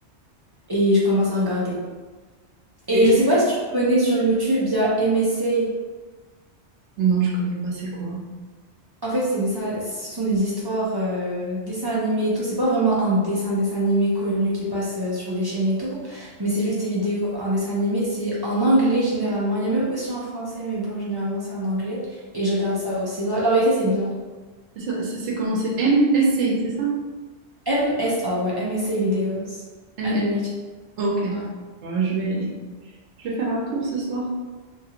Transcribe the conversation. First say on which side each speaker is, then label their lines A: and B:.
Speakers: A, on the right; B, on the right.
A: et je commence à regarder. Et
B: Et
A: je sais pas si tu connais sur YouTube, il y a MSA.
B: non, je connais pas. C'est quoi?
A: En fait, c'est des dessins- ce sont des histoires, euh, dessins animés et tout. C'est pas vraiment un dessin, dessin animé connu qui passe euh, sur des chaînes et tout, mais c'est juste des vidéos en dessin animé. C'est en anglais généralement. Il y a même aussi en français, mais bon, généralement c'est en anglais. Et je regarde ça aussi. La, la vérité, c'est bien.
B: Ça, C'est c'est comment? C'est MSC, c'est ça?
A: M S MSA, ouais, M S MSA Videos.
B: M
A: Animated.
B: S MSC. Ok.
A: Ouais,
B: Bon, je vais je vais faire un tour ce soir.